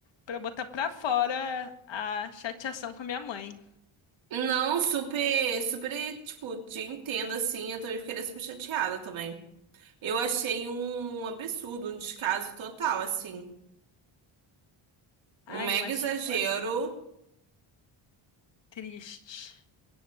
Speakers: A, on the left; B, on the right.
A: pra botar pra fora a chateação com a minha mãe.
B: Não, super, super, tipo, te entendo assim. Eu também ficaria super chateada também. Eu achei um absurdo, um descaso total, assim. Um
A: Ai,
B: mega
A: eu achei,
B: exagero.
A: olha, triste.